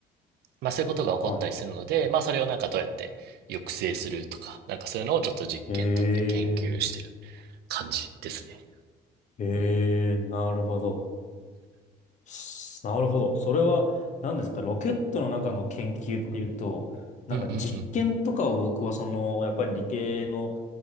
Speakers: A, on the right (about 70°); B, on the left (about 45°).
A: まあ、そういうことが起こったりするので、
B: はい。
A: まあ、それをなんかどうやって抑制するとか、なんかそういうのをちょっと実験とかで研究してる
B: ええ
A: 感じですね。
B: ええ、なるほど。すなるほど。それは、何ですか、ロケットの中の研究っていうと、なんか実験とかを僕はその、
A: うんうんうん。
B: やっぱり理系の